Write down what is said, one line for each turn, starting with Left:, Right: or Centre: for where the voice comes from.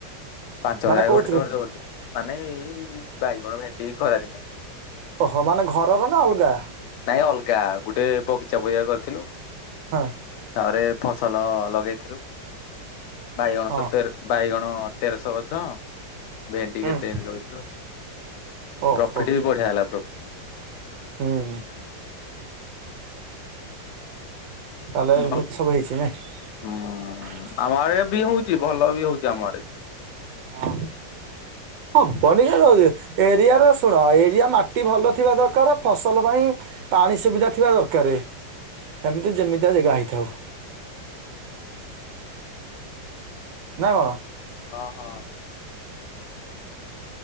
Left: ପାଞ୍ଚ
Right: ମାନେ
Left: ହଜାର
Right: କୋଉଥିରେ
Left: ଘଣ୍ଟେ ଖର୍ଚ୍ଚ କରୁଥିଲୁ ମାନେ ଏଇ ବାଇଗଣ, ଭେଣ୍ଡି ଖରା ଦିନିଆ
Right: ଓହୋ, ମାନେ ଘରର ନା ଅଲଗା।
Left: ନାଇଁ ଅଲଗା ଗୋଟେ ବଗିଚା ବରିଆ କରିଥିଲୁ।
Right: ହଁ
Left: ଆହୁରେ ଫସଲ ଲଗେଇଥିଲୁ। ବାଇଗଣ
Right: ହଁ
Left: ସତେର, ବାଇଗଣ ତେରଶହ ଗଛ ଭେଣ୍ଡି
Right: ହୁଁ
Left: କେତେ ଏମିତି ଲଗେଇଥିଲୁ,
Right: ଓହୋ
Left: ପ୍ରଫିଟ ବି ବଢିଆ ହେଲା ପ୍ରଫିଟ
Right: ହୁଁ ତାହେଲେ ଏମିତି
Left: ଭଲ
Right: ସବୁ ହେଇଛି ନାଇଁ
Left: ହୁଁ ଆମ ଆଡେ ବି ହଉଛି ଭଲ ବି ହଉଛି ଆମ ଆଡେ।
Right: ହଁ ହଁ ବନି ଏରିଆରେ ଶୁଣ ଏରିଆ ମାଟି ଭଲ ଥିବା ଦରକାର, ଫସଲ ପାଇଁ ପାଣି ସୁବିଧା ଥିବା ଦରକାର, ସେମିତି ଯେମିତିଆ ଜାଗା ହେଇଥାଉ।
Left: ହଁ <unintelligible>
Right: ନା କଣ?
Left: ହଁ ହଁ